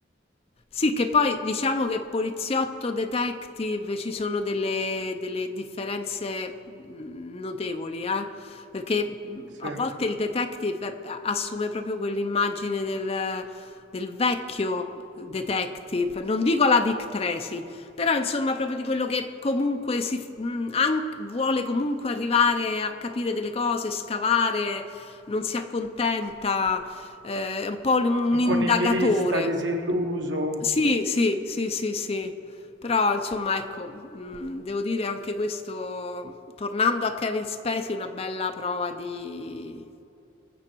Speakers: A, on the left; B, on the right.
A: Sì, che poi diciamo che poliziotto, detective ci sono delle, delle differenze mh, notevoli, eh? Perché mh,
B: Sì.
A: a volte il detective eh, assume proprio quell'immagine del, del vecchio detective, non dico la Dick Tracy, però insomma proprio di quello che comunque si, mh, an- vuole comunque arrivare a capire delle cose, scavare, non si accontenta, eh, è un po' un un
B: Un
A: Sì,
B: po'
A: sì, sì. indagatore.
B: nichilista, disilluso,
A: Sì, sì, sì, sì, sì. Però insomma, ecco, mh, devo dire anche questo, tornando a Kevin Spacey, una bella prova di,